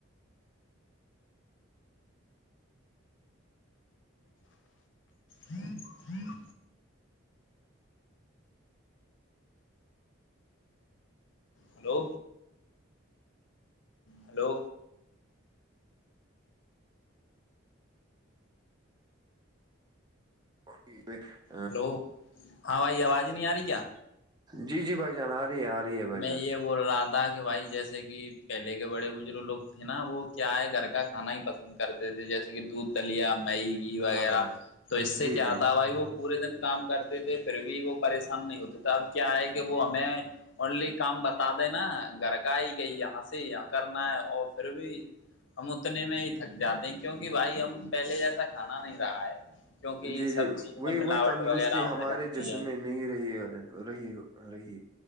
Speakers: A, on the left; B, on the right.
A: ہاں ہاں ہلو ہلو
B: <inaudible>
A: ہلو ہاں بھائی آواز نہیں آ رہی کیا
B: جی جی بھائی جان آ رہی ہے آ رہی ہے بھائی
A: میں
B: جان
A: یہ بول رہ تھا کہ بھائی جیسے کہ پہلے کے بڑے بزرگ لوگ تھے نا وہ کیا ہے گھر کا کھانا ہی پسند کرتے تھے جیسے جیسے کہ دودھ دلیا مئی گھی وغیرہ
B: ہاں
A: تو اس سے
B: جی
A: کیا
B: جی
A: آتا
B: جی
A: ہے بھائی وہ پورے دن کام کرتے تھے پھر بھی وہ پریشان نہیں ہوتے تھے اب کیا ہے کہ وہ ہمیں اونلی کام بتا دینا گھر کا ہی کہ یہاں سے یہاں کرنا ہے اور پھر بھی ہم اتنے میں ہی تھک جاتے ہیں کیونکہ بھائی ہم پہلے جیسا کھانا نہیں رہا ہے کیونکہ
B: جی
A: سب
B: جی
A: چیز
B: وہی
A: میں ملاوٹ
B: وہی تندرستی
A: وغیرہ ہونے
B: ہمارے
A: لگتی
B: جسم
A: ہے
B: میں نہیں رہی رہی رہی